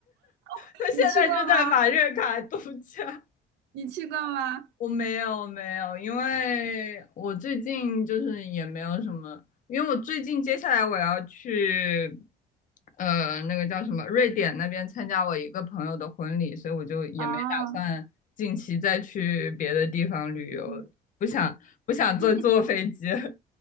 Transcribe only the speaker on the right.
<laughs>
你去过吗？你去过吗？
啊，嗯。
瑞